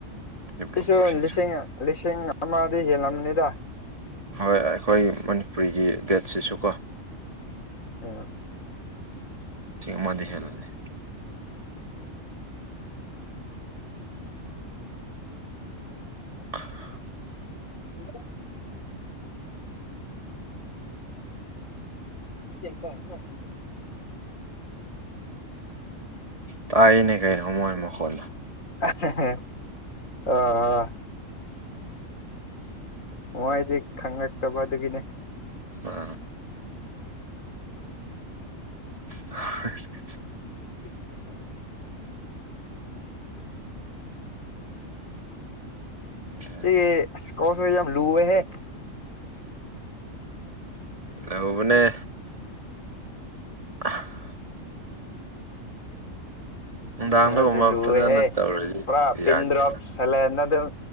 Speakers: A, on the right; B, on the left.
A: ꯗꯤꯕ꯭ꯂꯣꯞꯄꯔꯁꯤꯡꯁꯦ
B: ꯁꯤꯁꯨ ꯂꯤꯁꯤꯡ ꯂꯤꯁꯤꯡ ꯑꯃꯗꯤ ꯍꯦꯜꯂꯝꯅꯤꯗ
A: ꯍꯣꯏ ꯑꯩꯈꯣꯏ ꯃꯅꯤꯄꯨꯔꯤꯒꯤ ꯗꯦꯠꯁꯤꯁꯨ ꯀꯣ
B: ꯎꯝ
A: ꯁꯤꯡꯃꯗꯤ ꯍ‌ꯦꯜꯂꯅꯤ <unintelligible>
B: ꯍꯜꯂꯣ <unintelligible>
A: ꯇꯥꯏꯅꯦ ꯀꯩꯅꯣ ꯃꯣꯏ ꯃꯈꯣꯟ
B: <unintelligible> ꯍ‌ꯣ‌ꯍ‌ꯣ ꯃꯥꯏꯗꯤ ꯈꯪꯉꯛꯇꯕ ꯑꯗꯨꯒꯤꯅꯦ
A: ꯑꯥ <unintelligible>
B: <unintelligible> <inaudible>
A: <unintelligible> <inaudible>
B: ꯁꯤꯒꯤ ꯑꯁ ꯀꯣꯁ‌ꯦ ꯌꯥꯝ ꯂꯨꯋꯦꯍꯦ
A: ꯑ ꯇꯧꯕꯅ‌ꯦ <unintelligible> <inaudible> ꯅꯨꯡꯗꯥꯡꯗꯒꯨꯝꯕ
B: ꯑꯗꯨ ꯂꯨꯋ‌ꯦꯍꯦ
A: ꯐꯖꯅ ꯇꯧꯔꯗꯤ
B: ꯄꯨꯔꯥ ꯄꯤꯟꯗ꯭ꯔꯣꯞ
A: ꯌꯥꯗꯤ ꯌꯥ
B: ꯁꯥꯂ‌ꯦꯟꯗ ꯑꯗꯨꯝ